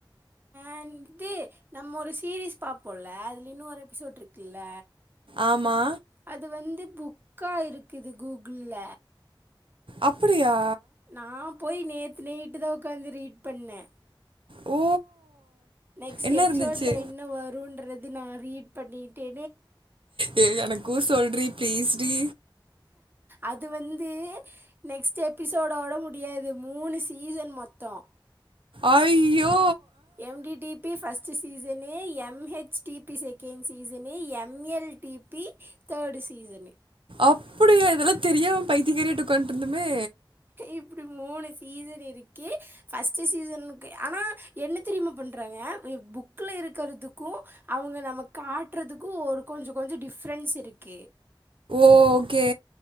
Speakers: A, on the right; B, on the right.
A: வந்துட்டு நம்ம ஒரு சீரீஸ் பாப்போம்ல அதில இன்னும் ஒரு எபிசோட் இருக்குல்ல
B: ஆமா
A: அது வந்து புக்கா இருக்குது கூகுள்ல
B: அப்புடியா
A: நா போய் நே த்து நைட்டு தா உட்காந்து ரீட் பண்ணே
B: ஓ
A: நெக்ஸ்ட்
B: என்ன
A: எபிசோட்ல
B: இருந்துச்சு
A: என்ன வருன்ற து நா ரீட் பண்ணிட்டே
B: ஏ எனக்கும் சொல்ரி பிளீஸ் டீ
A: அது வந்து நெக்ஸ்ட் எபிசோடோட முடியாது மூணு சீசன் மொத்தம்
B: அய்யோ
A: எம்டிடிபி first season MH DP second season ML DP third season
B: அப்படியா இதெல்லாம் தெரியாம பைத்திகாரியாட்டு ஒக்காந்துண்டிருந்தமே
A: இப்படி மூணு சீசன் இருக்கு ஃபஸ்ட் சீசனுக்கு ஆனா என்ன தெரியுமா பண்றாங்க புக் புக்ல இருக்கிறதுக்கும் அவங்க நம்ம காட்டுறதுக்கும் ஒரு கொஞ்சம் கொஞ்சம் டிஃப்ரென்ஸ் இருக்கு
B: ஓகே